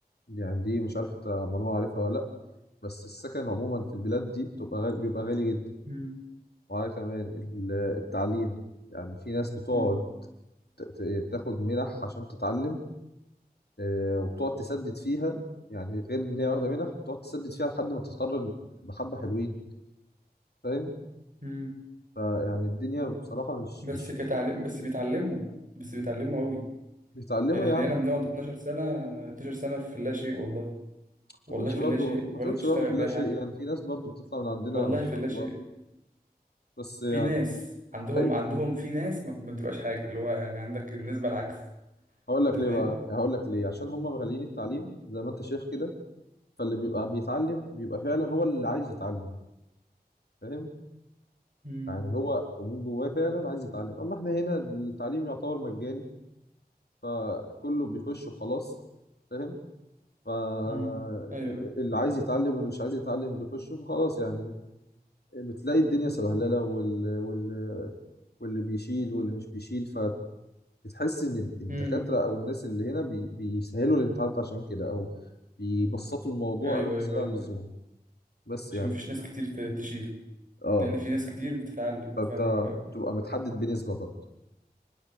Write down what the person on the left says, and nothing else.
يعني دي مش عارف انت معلومة عارفها ولا لأ بس السكن عموما في البلاد دي بتبقى غالي بيبقى غالي جدا
وعلى كمان ال- التعليم يعني في ناس بتقعد
ت- ت- تاخد منح عشان تتعلم آه، وبتقعد تسدد فيها يعني غير ان هي واخده منح بتقعد تسدد فيها لحد ما تتخرج بحبه حلوين فاهم
فيعني الدنيا بصراحه مش
مش
بيتعلموا
يا عم
ما تقولش
برضه
ما تقولش
برضه في
الله شيء
يعني في ناس برضه بتطلع من عندنا
ما شاء
الله بس يعني
ايوه
هقول
لك
ليه بقى هقول لك ليه عشان هم مغالين التعليم زي ما انت شايف كده فاللي بيبقى بيتعلم بيبقى فعلا هو اللي عايز يتعلم فاهم
يعني هو من جواه فعلا عايز يتعلم اما احنا هنا التعليم يعتبر مجاني فكله بيخش وخلاص فاهم فاللي
عايز يتعلم واللي مش عايز يتعلم بيخش وخلاص يعني بتلاقي الدنيا سبهلله وال... وال... واللي بيشيل واللي مش بيشيل فبتحس ان ال- الدكاتره
او الناس اللي هنا بي... بيسهلوا الامتحانات عشان كده او بيبسطوا الموضوع
قوي
زياده
عن اللزوم
بس
يعني
اه
فانت
بتبقى متحدد بنسبه برضه